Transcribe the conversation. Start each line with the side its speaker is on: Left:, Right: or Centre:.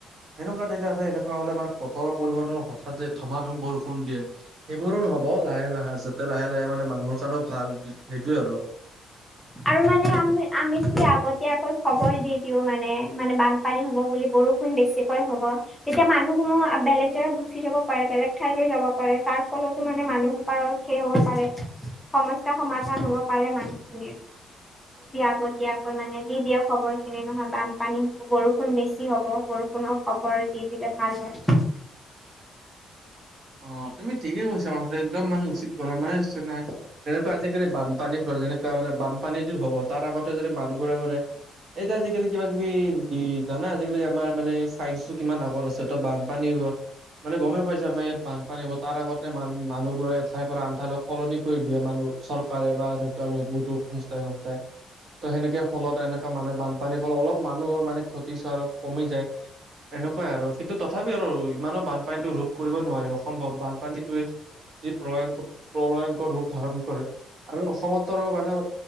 Right: সেনেকুৱা তেতিয়া আছে এনেকুৱা। হ'লে মানে বতৰৰ পৰিৱৰ্তন হঠাৎ তে ধমা ধূম বৰষুণ দিয়ে সেইবোৰো নহ'ব লাহে লাহে যা। লাহে লাহে মানে মানুহৰ কাৰণে ভাল সেইটোয়ে আৰু।
Centre: আৰু মানে আমি আমি যদি আগত আকৌ খবৰ দি দিওঁ মানে মানে বান পানী হ'ব বুলি বৰষুণ বেছিকৈ হ'ব। তেতিয়া মানুহসমূহ বেলেগ জাগগাত গুচি যাব পাৰে, বেলেগ ঠাইলৈ যাব পাৰে, তাৰ ফলতো মানে মানুহ কৰণ শেষ হ'ব পাৰে সমস্যা সমাধান হ'ব পাৰে মানুহখিনিৰ। আগতীয়াকৈ মানে দি দিয়ক খবৰ খিনি নহয় বানপানী হ'ব বৰষুণ বেছি হ'ব, বৰষুণ পুনৰ খবৰ দি দিলে ভাল হয়।
Right: অ' তুমি ঠিকেই কৈছা কথাটো একদম মানে উচিত কথা মানে নে তেনেকুৱা আজিকালি বানপানী প্ৰজন্নতা যেনেকুৱা মানে বানপানী যদি হ'ব তাৰ আগতে যদি মানুহবোৰে মানে এই যেআজিকালি কিবা কিবি জানা আজিকালি আমাৰ মানে চাইন্সটো কিমান আগৰ আছে ত বানপানী মানে গমে পাইছা আমাৰ ইয়াত। বানপানী হ'ব তাৰ আগতে মান মানুহবোৰক এঠাইৰ পৰা আন ঠাইলৈ সলনি কৰি দিয়ে মানুহ চৰকাৰে বা এনে বহুতো সংস্থাই, সংস্থাই। তো, সেনেকে ফলত এনেকা মানুহে বানপানীৰ ফলত অলপ মানুহৰ মানে ক্ষতি চোৰা আৰু কমি যায়। এনেকুৱাই আৰু কিন্তু তথাপি আৰু ইমানো বানপানীতটো ৰোধ কৰিব নোৱাৰি। অসম্ভৱ বানপানীটোৱে যি প্ৰলয়ংকৰ প্ৰলয়ংকৰ ৰূপ ধাৰণ কৰে আৰু অসমত আৰু মানে